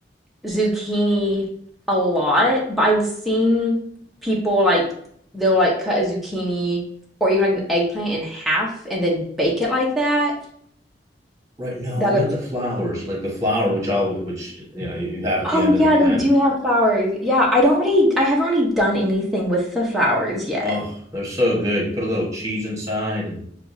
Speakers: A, in the centre; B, on the right.
A: zucchini a lot, but I've seen people like they'll like cut a zucchini or even like an eggplant in half and then bake it like that.
B: Right. No,
A: That
B: I meant
A: looks
B: the flowers, like the flower which all which you know you have at the
A: Oh
B: end of
A: yeah,
B: the plant.
A: they do have flowers. Yeah, I don't really I haven't really done anything with the flowers yet.
B: Oh, they're so good. You put a little cheese inside and